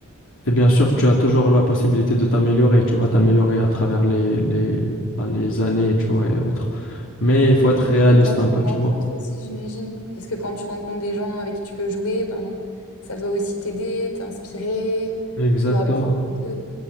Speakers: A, on the left; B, on the left.
A: Et bien sûr, tu as toujours la possibilité de t'améliorer. Tu vas t'améliorer à travers les, les, ben, les années, tu vois, et autres. Mais
B: Mm.
A: il faut être réaliste
B: Et t'as une
A: un peu, tu
B: rencontre
A: vois.
B: aussi, j'imagine, parce que quand tu rencontres des gens avec qui tu peux jouer, ben ça doit aussi t'aider, t'inspirer,
A: Exactement.
B: tu dois apprendre d'eux.